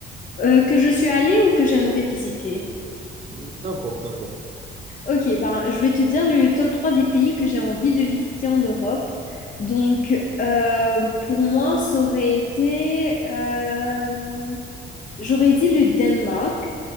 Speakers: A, on the left; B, on the right.
A: Euh, que je suis allée ou que j'aimerais visiter?
B: Euh, n'importe, n'importe.
A: Ok, ben, je vais te dire le top 3 des pays que j'ai envie de visiter en Europe. Donc, euh, pour moi, ça aurait été... euh, j'aurais dit le Danemark.